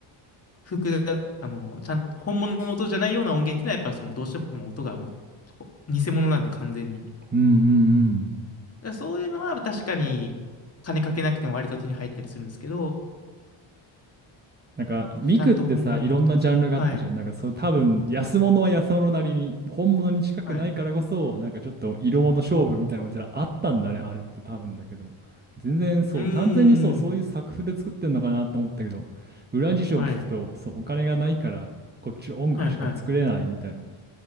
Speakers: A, on the left (about 30°); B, on the right (about 20°).
A: 複雑、あの、ちゃんと本物の音じゃないような音源っていうのはやっぱりそのどうしても音がもう偽物なんで完全に。
B: うんうんうん。
A: らそういうのは確かに金かけなくても割と手に入ったりするんですけど、
B: なんか、ミクってさ、
A: ちゃんと本物のと、
B: いろんなジャンルがあったじゃん。
A: はい、
B: なんか、そう、多分、安物は安物なりに、本物に近くないからこそ、
A: はい。
B: なんかちょっと色物勝負みたいなのがじゃああったんだね、あれって多分だけど。全然そう、
A: うー
B: 完全にそう、そういう作風で作ってんのかなって思ったけど、
A: ん、
B: 裏事情を聞くと、
A: はい、
B: そう、お金がないから、こっちの音楽しか作れないみたいなのも、
A: はい、はい。